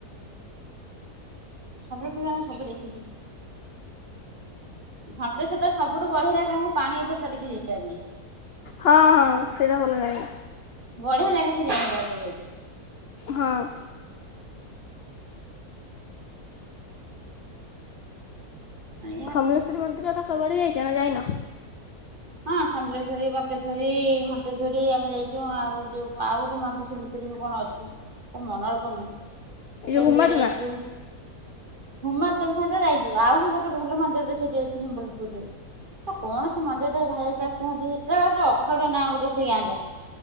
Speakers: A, on the right; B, on the left.
A: ସମ୍ବଲପୁର ରେ ଆମେ ସବୁ ଦେଖିଛୁ ଘ ତ ସେଟା ସବୁଠୁ ବଢ଼ିଆ ଜାଗା ପାଣି ଉପରେ ଚାଲିକି ଯିବା ପାଇଁ।
B: ହଁ ହଁ ସେଇଟା ଭଲ ଲାଗେ।
A: ବଢିଆ ଲାଗେ ସେ ଡ୍ୟାମ୍ ଟା ଉପରେ ଯାଇକି।
B: ହଁ।
A: ଏଇଆ
B: ସମଲେଶ୍ୱରୀ
A: ଆଉ।
B: ମନ୍ଦିର ଏକା ସବୁଆଡ଼େ ଯାଇଛ ନା ଯାଇନ?
A: ହଁ ସମଲେଶ୍ଵରୀ, ବଙ୍କେଶ୍ୱରୀ, ଘଣ୍ଟେଶ୍ଵରୀ ଆମେ ଯାଇଛୁ ଆଉ ଯୋଉ ଆଉ ଗୋଟେ ମନ୍ଦିର <unintelligible> ସେଥିରେ ବି କଣ ଅଛି ତ ମନରେ <unintelligible> ସେଟାକୁ
B: ଏ ଯୋଉ ହୁମା
A: ବି
B: ଧୁମା
A: ଯାଇଛୁ। ହୁମା <unintelligible> ମନ୍ଦିର ଯାଇଛୁ ଆହୁରି ଗୋଟେ ଭଲ ମନ୍ଦିର ଟେ ସେଠି ଅଛି ସମ୍ବଲପୁରରେ। କଣ ସେ ମନ୍ଦିର <unintelligible> ଭାଇ‌ ହେଇକା କୁହନ୍ତି ସେଟା ଗୋଟ ଅଖାଡୁ଼ଆ ନାଁ ଗୋଟେ ସେଇ ଗାଁଟା।